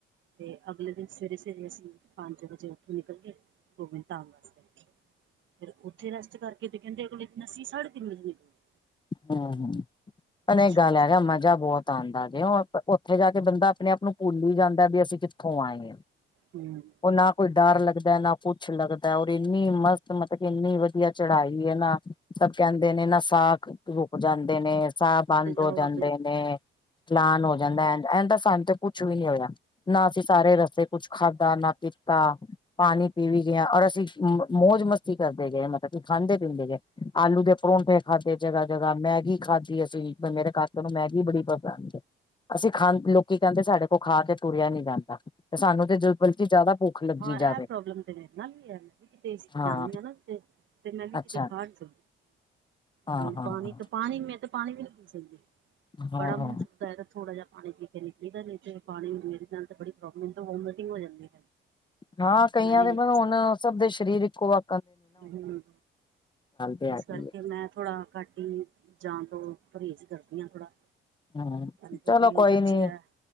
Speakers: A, on the right; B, on the left.
A: ਤੇ ਅਗਲੇ ਦਿਨ ਸਵੇਰੇ -ਸਵੇਰੇ ਅਸੀਂ ਪੰਜ ਵਜੇ ਉੱਥੋਂ ਨਿਕਲ ਗਏ, ਗੋਬਿੰਦ ਧਾਮ ਵਾਸਤੇ ਫਿਰ ਉੱਥੇ ਰੈਸਟ ਕਰਕੇ ਤੇ ਕਹਿੰਦੇ, ਅਗਲੇ ਦਿਨ ਅਸੀ ਸਾਢੇ ਕਿੰਨੋ ਦਿਨ ਵਜੇ ਨਿਕਲੇ -
B: ਹਮ ਹਮ, ਪਰ ਇਕ ਗੱਲ
A: ਵਾਸਤੇ
B: ਹੈਗਾ ਮਜਾ ਬਹੁਤ ਆਉਂਦਾ ਜੇ, ਉੱਥੇ ਜਾ ਕੇ ਬੰਦਾ ਆਪਣੇ ਆਪ ਨੂੰ ਭੁੱਲ ਹੀ ਜਾਂਦਾ ਵੀ ਅਸੀਂ ਕਿੱਥੋਂ ਆਏ
A: ਹੂੰ
B: ਉਹ ਨਾ ਕੋਈ ਡਰ ਲੱਗਦਾ, ਨਾ ਕੁੱਛ ਲੱਗਦਾ, ਔਰ ਇੰਨੀ ਮਸਤ ਮਤਲਬ ਕਿ ਇੰਨੀ ਵਧੀਆ ਚੜਾਈ ਹੈ ਨਾ ਸ ਕਹਿੰਦੇ ਨੇ ਨਾ ਸਾਹ ਰੁਕ ਜਾਂਦੇ ਨੇ, ਸਾਹ ਬੰਦ
A: ਤੇ ਜਾਓ
B: ਹੋ ਜਾਂਦੇ
A: ਆਪੇ
B: ਨੇ ਚਲਾਨ ਹੋ ਜਾਂਦਾ ਐ, ਐਂ ਤਾਂ ਸਾਨੂੰ ਤੇ ਕੁੱਛ ਵੀ ਨਹੀਂ ਹੋਇਆ। ਨਾ ਅਸੀਂ, ਸਾਰੇ ਰਸਤੇ ਕੁਛ ਖਾਧਾ ਨਾ ਪੀਤਾ। ਪਾਣੀ ਪੀ ਵੀ ਗਏ ਹਾਂ, ਔਰ ਅਸੀਂ ਮੌਜ ਮਸਤੀ ਕਰਦੇ ਗਏ, ਹਾਂ ਮਤਲਬ ਕਿ ਖਾਂਦੇ ਪੀਂਦੇ ਗਏ ਆਲੂ ਦੇ ਪਰੌਂਠੇ ਖਾਧੇ ਜਗ੍ਹਾ -ਜਗ੍ਹਾ ਮੈਗੀ ਖਾਧੀ ਅਸੀਂ, ਮੇਰੇ ਕਾਕੇ ਨੂੰ ਮੈਗੀ ਬੜੀ ਪਸੰਦ ਹੈ। ਅਸੀਂ ਖਾ ਲੋਕੀ ਕਹਿੰਦੇ, ਸਾਡੇ ਕੋਲ ਖਾ ਤੇ ਤੁਰਿਆ ਨੀ ਜਾਂਦਾ। 'ਤੇ ਸਾਨੂੰ ਤੇ 'ਜ ਬਲਕੀ ਜ਼ਿਆਦਾ ਭੁੱਖ ਲੱਗੀ
A: ਹਾ
B: ਜਾਵੇ
A: ਇਹ ਪ੍ਰੋਬਲਮ ਤੇ ਮੇਰੇ ਨਾਲ ਹੀ ਹੈ, ਮ ਕਿ
B: ਹਾਂ
A: ਜਾਂਦੀ ਹ ਨਾ ਤੇ ਨ ਵੀ ਕਿਤੇ
B: ਅੱਛਾ
A: ਖਾਾਰ ਤੋਂ
B: ਹਾਂ
A: ਨਹੀਂ
B: ਹਾਂ
A: ਪਾਣੀ
B: ਹਾਂ
A: ਤਾਂ ਪਾਣੀ, ਮੈਂ ਤਾਂ ਪਾਣੀ ਵੀ ਨਹੀਂ ਪੀ ਸਕਦੀ।
B: ਹਾਂ
A: ਬੜਾ ਮੁੰਹ ਸੁਕਦਾ ਹੈਗਾ, ਥੋੜਾ ਜਿਹਾ ਪਾਣੀ ਨਿਕਲੀਦਾ ਨੀ ਤੇ ਪਾਣੀ, ਮੇਰੀ ਨਾਲ ਤੇ ਬੜੀ ਪ੍ਰੋਬਲਮ ਵੋਮੀਟਿੰਗ ਹੋ ਜਾਂਦੀ
B: ਹਾਂ ਕਈਆਂ
A: ਮੈਂ ਨਹੀਂ
B: ਦੇ
A: ਨਿਕਲ
B: ਬਣਾ ਹਣ, ਸਭ ਦੇ ਸਰੀਰ ਇੱਕੋ ਵ
A: ਹਮ,
B: ਤੇ ਹੈਗੀ
A: ਇਸ ਕਰਕੇ
B: ਏ।
A: ਮੈਂ ਥੋੜਾ ਘੱਟ ਹੀ ਜਾਂ ਤੋਂ ਪਰਹੇਜ਼ ਕਰਦੀ ਹ, ਥੋੜ੍ਹਾ
B: ਹਮ,
A: ਪਰ ਫਿਰ
B: ਚਲੋ
A: ਵੀ ਹੁਣ
B: ਕੋਈ
A: ਬੱਚੇ
B: ਨੀ
A: ਹੈ